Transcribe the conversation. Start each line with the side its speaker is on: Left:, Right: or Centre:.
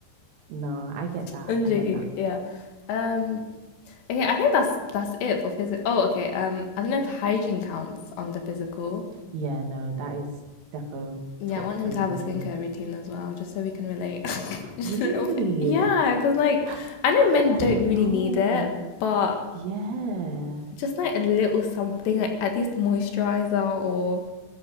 Right: No, I get that.
Left: I'm
Right: I
Left: joking.
Right: get that.
Left: Yeah. Um, Okay, I think that's that's it for physical. Oh, okay. Um, I don't know if hygiene counts under physical.
Right: Yeah, no, that is defo
Left: Yeah,
Right: top
Left: I want
Right: three
Left: him to have
Right: for
Left: a
Right: me.
Left: skincare routine as well, just so we can relate. <laughs> Just
Right: Really?
Left: a little bit. Yeah, because like
Right: <sighs> <gasps>
Left: I know
Right: I
Left: men don't
Right: don't
Left: really
Right: know.
Left: need it, but
Right: Yeah.
Left: just like a little something, like at least moisturizer or